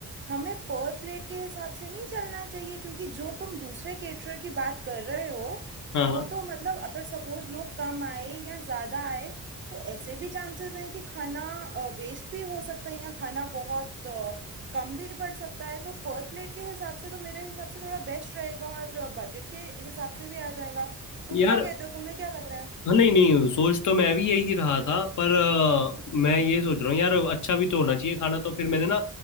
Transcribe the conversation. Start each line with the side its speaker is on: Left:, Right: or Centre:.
Right: हमें पर प्लेट के हिसाब से नहीं चलना चाहिए क्योंकि जो तुम दूसरे केटरर की बात कर रहे हो
Left: हाँ
Right: वो
Left: हाँ।
Right: तो मतलब अगर सपोज लोग कम आए या ज्यादा आए तो ऐसे भी चांसेस हैं कि खाना वेस्ट भी हो सकता है या खाना बहुत अ, कम भी पड़ सकता है तो पर प्लेट के हिसाब से तो मेरे हिसाब से थोड़ा बेस्ट रहेगा और बजट के हिसाब से भी आ जाएगा तुम
Left: यार
Right: क्या कहते हो तुम्हें क्या लग रहा है
Left: हाँ, नहीं नहीं सोच तो मैं भी यही रहा था पर अ, मैं ये सोच रहा हूँ यार अच्छा भी तो होना चाहिए खाना तो फिर मैंने ना